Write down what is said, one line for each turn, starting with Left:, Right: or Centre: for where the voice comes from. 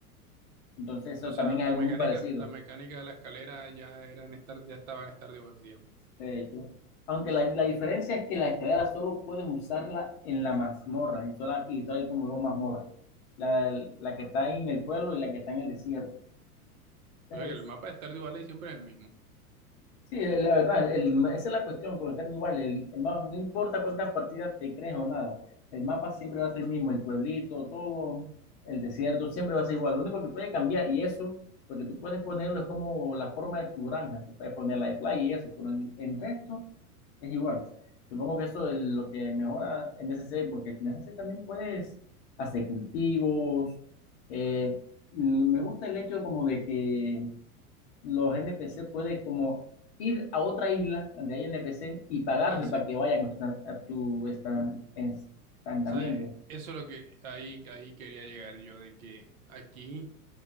Left: Entonces eso
Right: O
Left: también
Right: sea, la
Left: es algo
Right: mecánica,
Left: muy parecido,
Right: la mecánica de la escalera ya era en Star- ya estaba en Stardew Valley, digamos.
Left: de hecho. Aunque la, la diferencia es que la escalera solo puedes usarla en la mazmorra y, sola, y solo hay como dos mazmorras. La, la que está en el pueblo y la que está en el desierto. Entonces,
Right: O sea que el mapa de Stardew Valley siempre es el mismo.
Left: Sí, eh, la verdad, el- esa es la cuestión con estar en Dubái. El, el mapa- no importa cuántas partidas te crees o nada, el mapa siempre va a ser el mismo, el pueblito, todo, el desierto, siempre va a ser igual. Lo único que puede cambiar, y eso, lo que tú puedes ponerlo es como la forma de tu granja, que puedes poner la de playa y eso, pero el, el resto es igual. Supongo que eso es lo que mejora en S C, porque en S C también puedes hacer cultivos. eh, me gusta el hecho como de que los NPC puedes como ir a otra isla donde hay NPC y pagarle
Right: Así.
Left: para que vayan a tu, a tu esta- estancamiento.
Right: ¿Sabes? Eso es lo que ahí, ahí quería llegar yo, de que aquí,